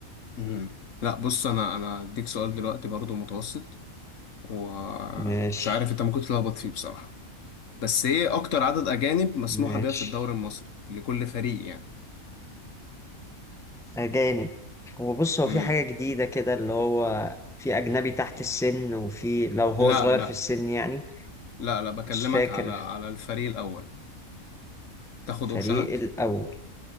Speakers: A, on the left; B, in the centre.
A: مهم. لا بص انا انا اديك سؤال دلوقتي برضه متوسط ومش
B: ماشي
A: عارف انت ممكن تتلخبط فيه بصراحة بس ايه اكتر عدد اجانب مسموح
B: ماشي
A: بيها في الدوري المصري لكل فريق يعني
B: اجانب هو بص هو
A: امم
B: في حاجه جديده كده اللي هو في اجنبي تحت السن وفي لو هو
A: لا
B: صغير
A: لا
B: في السن يعني
A: لا لا بكلمك
B: مش فاكر
A: على على الفريق الاول تاخد
B: الفريق
A: اوبشنات
B: الاول